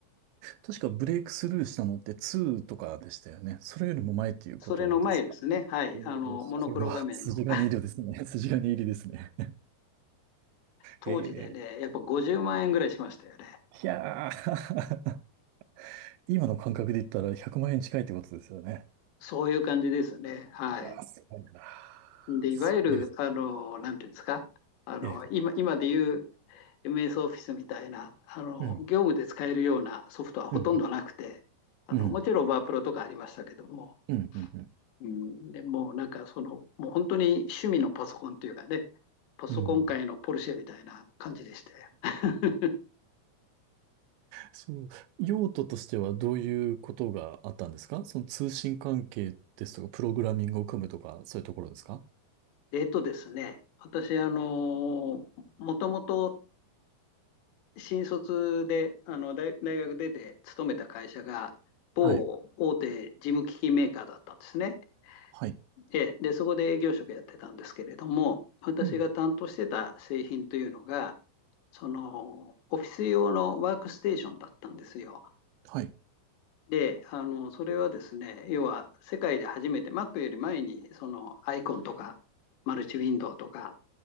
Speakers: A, on the right (about 85°); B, on the left (about 75°).
A: 確かブレイクスルーしたのって2とかでしたよね。それよりも前っていうことですか。
B: それの前ですね、はい、
A: おお、
B: あのモノクロ画面の
A: これは <laughs> 筋金入りですね。<laughs> 筋金入りですね。
B: 当時でね、
A: えー、
B: やっぱ50万円ぐらいしましたよね。
A: いやー <laughs>、今の感覚で言ったら100万円近いってことですよね。
B: そういう感じですね。はい。
A: うわ、すごいな。
B: で、
A: すごいですね。
B: いわゆる、あの、なんていうんですか、あの、
A: ええ、
B: 今、今でいう MS オフィスみたいな、あの、
A: うん、
B: 業務で使えるようなソフトはほとんどなくて、
A: うん、
B: あの、
A: うん、
B: もちろんワープロとかありましたけども、
A: うん、うん、
B: うん、でもうなんかその、もう本当に趣味のパソコンというかね、パソコン界のポルシェみたいな感じでして。
A: うん。
B: <laughs>
A: そう、<laughs> 用途としてはどういうことがあったんですかその通信関係ですとか、プログラミングを組むとか、そういうところですか
B: えっとですね、私、あの、もともと新卒で、あの、大、大学出て勤めた会社が、某大手事務機器メーカーだったんですね。
A: はい、はい、
B: で、で、そこで営業職やってたんですけれども、私が担当してた製品というのが、
A: うん、
B: その、オフィス用のワークステーションだったんですよ。
A: はい、
B: で、あの、それはですね、要は世界で初めて Mac より前に、その、アイコンとか、マルチウィンドウとか、